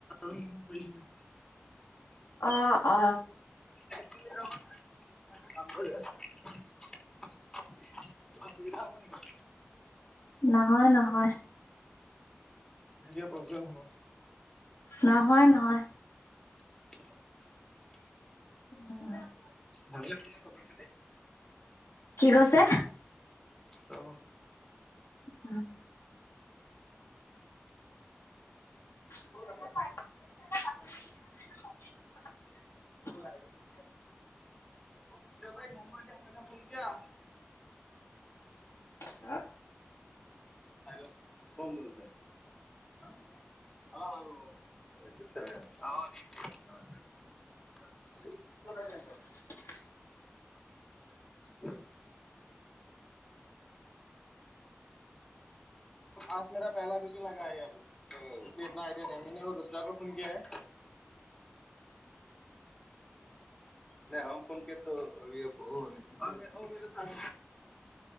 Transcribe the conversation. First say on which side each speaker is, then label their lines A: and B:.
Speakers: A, on the left; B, on the left.
A: <unintelligible>
B: অ অ
A: এক মিনিট ৰব <unintelligible> অসুবিধা হব নেকি
B: নহয় নহয়
A: এনেকে প্ৰব্লেম হব
B: নহয় নহয়
A: <inaudible>
B: উম
A: ভালেই ভালনে খবৰ খাতি
B: কি কৈছে
A: ত
B: উম <unintelligible>
A: <unintelligible> ফন কিয়া
B: হা
A: আৰু কৌন <unintelligible> <unintelligible> <unintelligible>
B: <unintelligible>
A: <unintelligible> আজ মেৰা পেহেলা ডিউটি লাগায়া আভি তৌ ইতনা আইডিয়া নাহি অ দুচৰাকৌ গিয়া হে নে হম ফন কিয়া তৌ অভি অব ৱা অ মেৰে চাথ